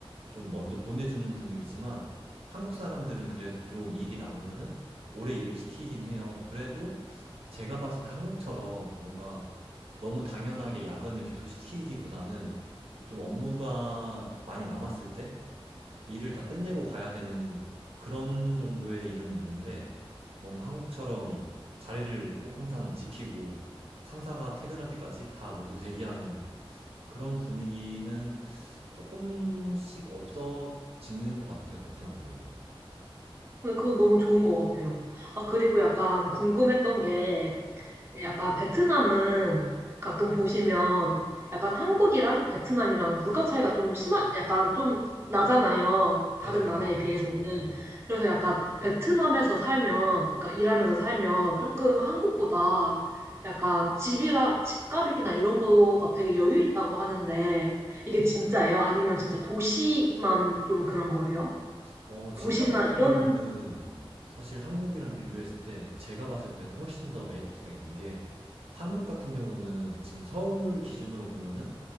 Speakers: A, on the right (about 85°); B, on the right (about 25°).
A: 좀 먼저 보내주는 분위기지만 한국 사람들은 그래도 좀 일이 남으면은 오래 일을 시키긴 해요. 그래도 제가 봤을 때 한국처럼 뭔가 너무 당연하게 야근을 계속 시키기보다는 좀 업무가 많이 남았을 때 일을 다 끝내고 가야 되는 그런 정도의 일은 있는데 뭔가 한국처럼 자리를 꼭 항상 지키고 상사가 퇴근할 때까지 다 모두 대기하는 그런 분위기는 조금씩 없어지는 것 같아요, 베트남도.
B: 근데 그건 너무 좋은 것 같아요. 아, 그리고 약간 궁금했던 게, 약간 베트남은 가끔 보시면 약간 한국이랑 베트남이랑 물가 차이가 좀 심한, 약간 좀 나잖아요. 다른
A: 맞아요.
B: 나라에 비해서는.
A: 그렇죠. 네네.
B: 그래서 약간 베트남에서 살면, 그러니까 일하면서 살면 조금 한국보다 약간 집이라, 집값이나 이런 거가 되게 여유 있다고 하는데, 이게 진짜예요? 아니면 진짜 도시만 좀 그런 거예요?
A: 어, 집값
B: 도시나
A: 같은
B: 이런,
A: 경우는 사실 한국이랑 비교했을 때 제가 봤을 때는 훨씬 더 메리트가 있는 게 한국 같은 경우는 지금 서울 기준으로 보면은